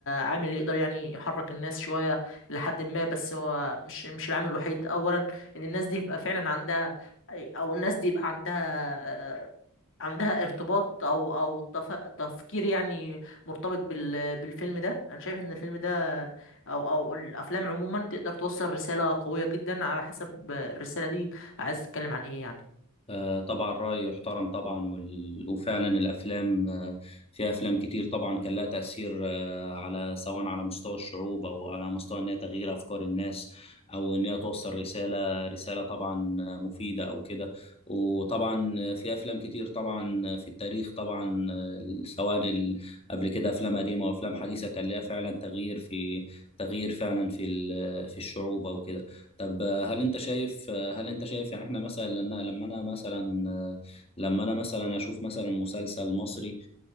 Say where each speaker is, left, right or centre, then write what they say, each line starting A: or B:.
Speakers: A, on the left; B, on the left.
A: عامل يقدر يعني يحرك الناس شويه لحد ما بس هو مش مش العامل الوحيد اولا ان الناس دي يبقى فعلا عندها او الناس دي يبقى عندها عندها ارتباط او او تف... تفكير يعني مرتبط بال... بالفيلم ده انا شايف ان الفيلم ده او او الافلام عموما تقدر توصل رسالة قوية جدا على حسب الرسالة دي عايز تتكلم عن ايه يعني
B: آه، طبعا رأي يحترم طبعا وال... وفعلا الأفلام آه، في أفلام كتير طبعا كان لها تأثير آه، على سواء على مستوى الشعوب أو على مستوى إن هي تغيير أفكار الناس أو إن هي توصل رسالة رسالة طبعا آه، مفيدة أو كده وطبعا في أفلام كتير طبعا في التاريخ طبعا آه، سواء ال... قبل كده أفلام قديمة وأفلام حديثة كان لها فعلا تغيير في تغيير فعلا في ال... في الشعوب أو كده طب آه، هل انت شايف آه، هل انت شايف يعني احنا مثلا لما لما انا مثلا آه، لما انا مثلا اشوف مثلا مسلسل مصري